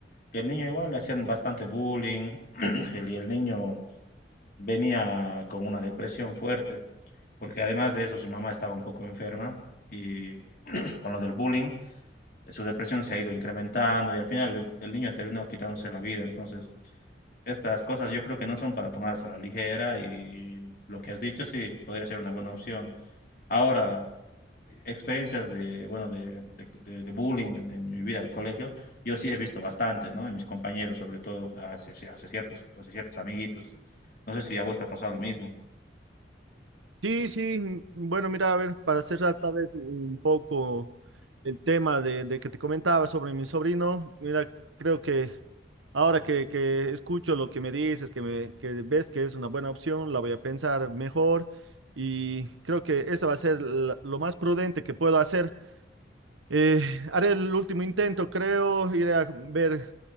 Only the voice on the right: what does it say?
Sí, sí, mm, bueno, mira, a ver, para cerrar tal vez un poco el tema de, de que te comentaba sobre mi sobrino, mira, creo que ahora que, que escucho lo que me dices, que, me, que ves que es una buena opción, la voy a pensar mejor y creo que eso va a ser la- lo más prudente que puedo hacer. Eh, haré el último intento, creo, iré a ver,